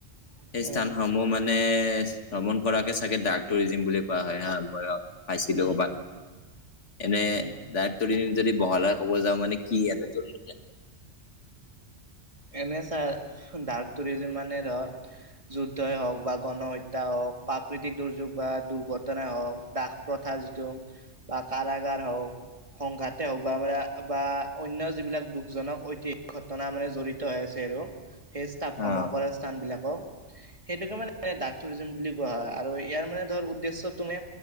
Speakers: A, on the right; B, on the left.
A: উম
B: সেই স্থানসমূহ মানে ভ্ৰমণ কৰাকে চাগে ডাক টুৰিজিম বুলি কোৱা হয় হা বয়। পাইছিলো
A: উম উম
B: কৰ'বাক এনে
A: উম
B: দ টোৰিন যদি বহলা ক'ব যাওঁ মানে কি আনো তোৰ মতে।
A: এনে চ ডাৰ্ক টুৰিজিম মানে ধৰ যুদ্ধই হওক বা গণহত্যা হওক প্ৰাকৃতিক দুৰ্যোগ বা দুৰ্ঘটনাই হওক দাস প্ৰথা যিটো বা কাৰাগাৰ হওক। সংঘাতে হওক বা আ বা অন্য যিবিলাক দুখজনক ঐতি ঘটনা মানে জড়িত হৈ আছে আৰু সেই স্থাপ ভ্ৰমণ
B: অ
A: কৰা স্থান বিলাকক সেইটোকে মানে ডাকটুৰিজম বুলি কোৱা হয় আৰু ইয়াৰ মানে ধ উদ্দেশ্য তুমে